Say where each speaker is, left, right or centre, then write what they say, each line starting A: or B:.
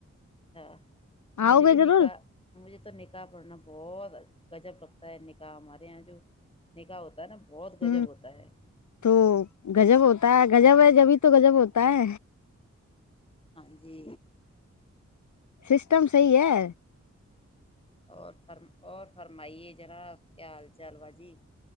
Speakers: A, on the left; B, on the left.
A: اچھا مجھے
B: آؤ گے
A: بھی
B: ضرور
A: نکاح مجھے تو نکاح پڑنا بہت گجب لگتا ہے نکاح ہمارے یہاں جو نکاح ہوتا ہے نا بہت گجب
B: ہ
A: ہوتا ہے
B: تو گجب ہوتا ہے گجب ہے جبھی تو گجب ہوتا تائ
A: ہاں جی
B: سسٹم صح ہے
A: اور فرم اور فرمائیے جنا کیا حال چال با جی